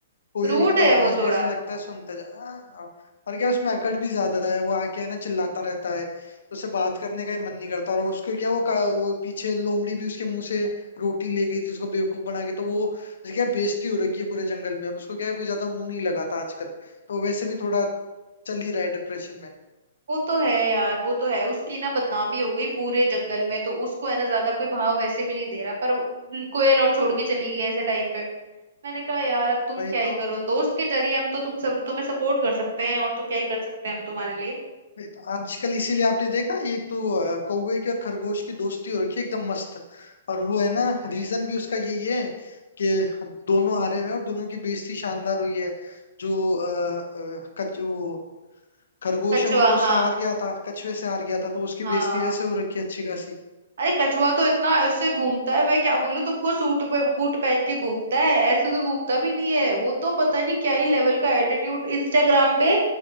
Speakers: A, on the left (about 80°); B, on the right (about 75°).
A: कोयल
B: रूड
A: की तो
B: है
A: आवाज
B: वो
A: भी
B: थोड़ा
A: ऐसा लगता है सुनते जा आ, और क्या उसमें अकड़ भी ज्यादा है वो आके है ना चिल्लाता रहता है तो उसे बात करने का ही मन नहीं करता और उसको क्या वो का, वो पीछे लोमड़ी भी उसके मुंह से रोटी ले गई थी उसको बेवकूफ बना के तो वो उसे क्या बेइज्जती हो रखी है पूरे जंगल में अब उसको क्या है कोई ज्यादा मुंह नहीं लगाता आजकल तो वैसे भी थोड़ा चल ही रहा है डिप्रेशन में
B: वो तो है यार वो तो है उसकी ना बदनामी हो गई पूरे जंगल में तो उसको है ना ज्यादा कोई भाव वैसे भी नहीं दे रहा पर वो- कोयल और छोड़ के चली गई ऐसे टाइम पे मैंने कहा यार अब तुम
A: वही
B: क्या ही
A: तो
B: करो दोस्त के जरिए हम तो तुम सब तुम्हें सपोर्ट कर सकते हैं और तो क्या ही कर सकते हैं हम तुम्हारे लिए
A: ये तो आजकल इसीलिए आपने देखा ये एक तो अ, कौवे की और खरगोश की दोस्ती हो रखी है एकदम मस्त और वो है ना रीजन भी उसका यही है कि दोनों हारे हुए हैं और दोनों की बेइज्जती शानदार हुई है जो अ, अ, कच वो खरगोश
B: कछुआ
A: है वो तो उससे
B: हाँ
A: हार गया था कछुए से हार गया था तो उसकी
B: हाँ
A: बेइज्जती वैसे हो रखी है अच्छी खासी
B: अरे कछुआ तो इतना ऐसे घूमता है मैं क्या बोलूं तुमको सूट पे बूट पहन के घूमता है ऐसे तो घूमता भी नहीं है वो तो पता नहीं क्या ही लेवल का एटीट्यूड इंस्टाग्राम पे